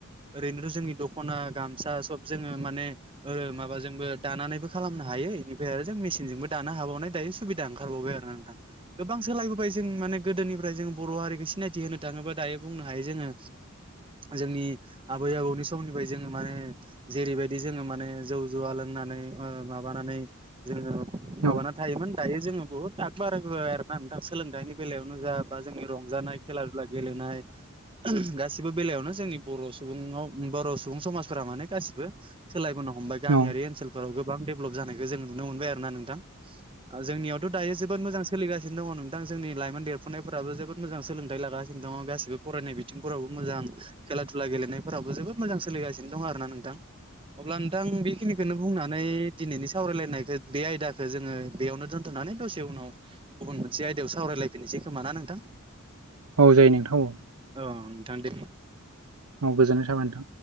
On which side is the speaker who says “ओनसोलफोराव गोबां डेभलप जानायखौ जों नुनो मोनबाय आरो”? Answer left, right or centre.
Right